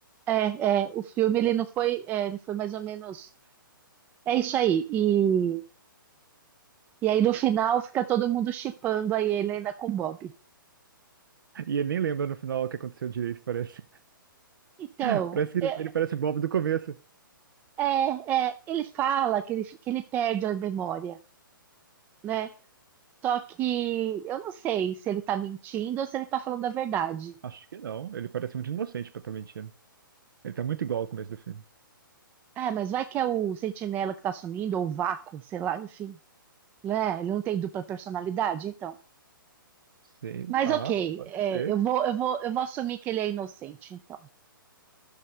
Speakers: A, on the right; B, on the right.
A: é, é, o filme ele não foi, é, ele foi mais ou menos, é isso aí. E, e aí no final fica todo mundo chipando a Helena com o Bob.
B: E ele nem lembra no final o que aconteceu direito, parece.
A: Então,
B: <laughs> Parece que ele
A: é,
B: ele parece o Bob do começo.
A: é, é, ele fala que ele, que ele perde a memória, né? Só que eu não sei se ele tá mentindo ou se ele tá falando a verdade.
B: Acho que não. Ele parece muito inocente pra estar mentindo. Ele tá muito igual ao começo do filme.
A: É, mas vai que é o sentinela que tá sumindo, ou o vácuo, sei lá, enfim. Né? Ele não tem dupla personalidade, então.
B: Sei
A: Mas
B: lá,
A: ok,
B: pode
A: é,
B: ser.
A: eu vou, eu vou, eu vou assumir que ele é inocente, então.